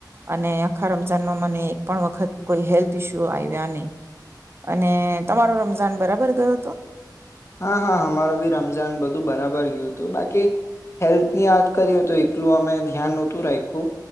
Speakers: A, on the right; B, on the left.
A: અને આખા રમઝાનમાં મને એક પણ વખત કોઈ હેલ્થ ઇસ્યુ આવ્યા નહીં. અને તમારો રમઝાન બરાબર ગયો હતો.
B: હા હા અમારો બી રમજાન બધું બરાબર ગયું હતું બાકી. હેલ્થની વાત કરીએ તો એટલું અમે ધ્યાન નહોતું રાખીયું